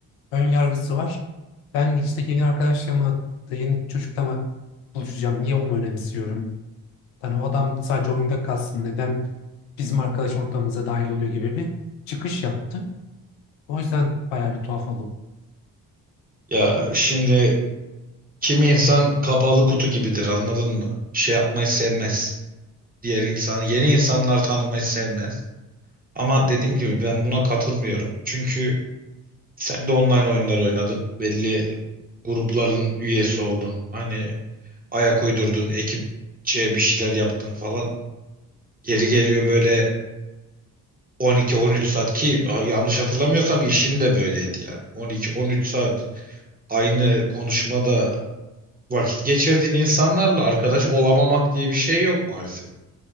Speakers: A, on the left; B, on the right.
A: ön yargısı var. Ben işte yeni arkadaşla mı, yeni çocukla mı buluşacağım? Niye onu önemsiyorum? Hani o adam sadece oyunda kalsın. Neden bizim arkadaş ortamımıza dahil oluyor gibi bir çıkış yaptı. O yüzden bayağı bir tuhaf oldum.
B: Ya şimdi kimi insan kapalı kutu gibidir anladın mı? Şey yapmayı sevmez. Diğer insanı, yeni insanlar tanımayı sevmez. Ama dediğim gibi ben buna katılmıyorum. Çünkü sen de online oyunlar oynadın. Belli grupların üyesi oldun. Hani ayak uydurdun, ekipçe bir şeyler yaptın falan. Yeri geliyor böyle 12-13 saat ki a- yanlış hatırlamıyorsam işin de böyleydi yani. 12-13 saat aynı konuşmada vakit geçirdiğin insanlarla arkadaş olamamak diye bir şey yok maalesef.